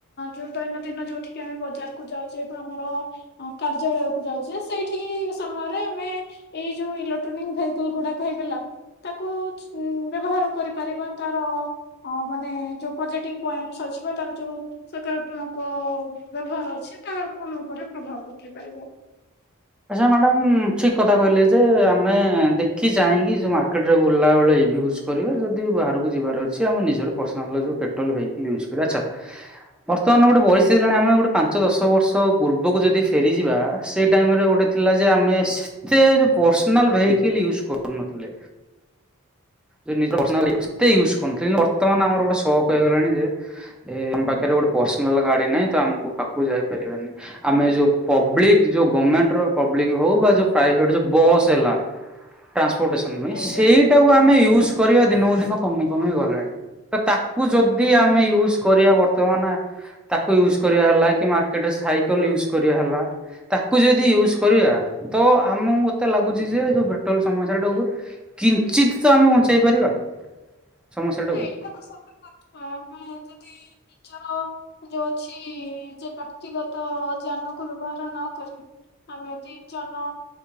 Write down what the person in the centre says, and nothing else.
ଆଚ୍ଛା ମ୍ୟାଡ଼ାାମ ଠିକ କଥା କହିଲେ ଯେ ଆମେ ଦେଖି ଚାହିଁକି ଯଉ ମାର୍କେଟରେ ବୁଲିଲା ବେଳେ ଏ ୟୁଜ୍ କରିବା ଯଦି ବାହାରକୁ ଯିବାର ଅଛି ଆମେ ନିଜର ପର୍ସନାଲ ଯଉ ପେଟ୍ରୋଲ ଭେକିଲ ୟୁଜ୍ କରିବା। ଆଚ୍ଛା ବର୍ତ୍ତମାନ ଗୋଟେ ପରିସ୍ଥିତିଲାଣି ଆମେ ଗୋଟେ ପାଞ୍ଚ ଦଶ ବର୍ଷ ପୂର୍ବକୁ ଯଦି ଫେରିଯିବା ସେଇ ଟାଇମ ରେ ଗଟେ ଗୋଟେ ଥିଲା ଯେ ଆମେ ସେତେ ପର୍ସନାଲ ଭେଇକିଲ ୟୁଜ କରୁନଥିଲେ। ଉ ନିଜ କେତେ ୟୁଜ୍ କରୁ କିନ୍ତୁ ବର୍ତ୍ତମାନ ଆମର ଗୋଟେ ସକ ହେଇଗଲାଣି ଯେ ଏ ଆମ ପାଖରେ ଗୋଟେ ପର୍ସନାଲ ଗାଡି ନାହିଁ ତ ଆମକୁ ପାହାକୁ ଯାଇପାରିବାନି। ଆମେ ଯୋଉ ପବ୍ଲିକ ଯୋଉ ଗଭର୍ଣ୍ଣମେଣ୍ଟର ପବ୍ଲିକ ହଉ ବା ଯୋ ପ୍ରାଇଭେଟ ଯଉ ବସ୍ ହେଲା ଟା ପ୍ରୋଟସନ ପାଇଁ ସେଇ
ଆମେ ୟୁଜ କରିବା ଦିନକୁ ଦିନ କମି କମି ଗଲେଣି। ତ ତାକୁ ଯଦି ଆମେ ୟୁଜ କରିବା ବର୍ତ୍ତମାନ ତାକୁ ୟୁଜ କରିବା ହେଲା କି ମାର୍କେଟରେ ସାଇକେଲ ୟୁଜ କରିବା ହେଲା ତାକୁ ଯଦି ୟୁଜ କରିବା ତ ଆମକୁ ମତେ ଲାଗୁଛି ଯେ ଯୋଉ ପେଟ୍ରୋଲ ସମସ୍ୟା ଟାକୁ ଉଚିତ ତ ଆମେ ବଞ୍ଚାଇ ପାରିବା। ସମସ୍ୟାଟାକୁ।